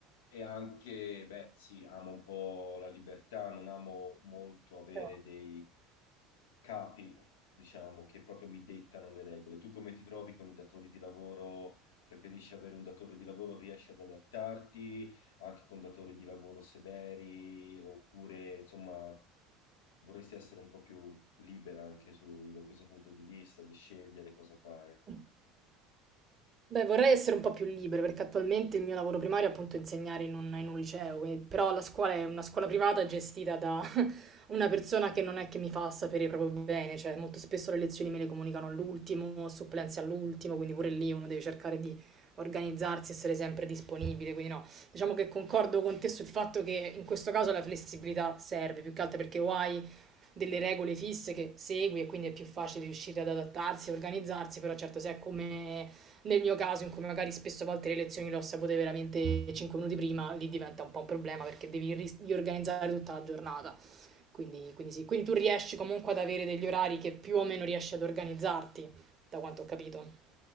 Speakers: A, on the left; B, on the right.
A: E anche, beh, sì, amo un po' la libertà, non amo molto avere
B: Però-
A: dei capi, diciamo, che proprio mi dettano le regole. Tu come ti trovi con i datori di lavoro? Preferisci avere un datore di lavoro, riesci ad adattarti anche con datori di lavoro severi, oppure insomma vorresti essere un po' più libera anche su, da questo punto di vista, di scegliere cosa fare?
B: Mm. Beh, vorrei essere un po' più libera, perché attualmente il mio lavoro primario è appunto insegnare in un in un liceo, e però la scuola è una scuola privata gestita da <laughs> una persona che non è che mi fa sapere proprio bene, cioè molto spesso le lezioni me le comunicano all'ultimo, supplenze all'ultimo, quindi pure lì uno deve cercare di organizzarsi, essere sempre disponibile, quindi no. Diciamo che concordo con te sul fatto che in questo caso la flessibilità serve, più che altro perché o hai delle regole fisse che segui e quindi è più facile riuscire ad adattarsi, organizzarsi, però certo se è come nel mio caso in cui magari spesso a volte le lezioni le ho sapute veramente 5 minuti prima, lì diventa un po' un problema perché devi ri- riorganizzare tutta la giornata. Quindi, quindi sì, quindi tu riesci comunque ad avere degli orari che più o meno riesci ad organizzarti, da quanto ho capito.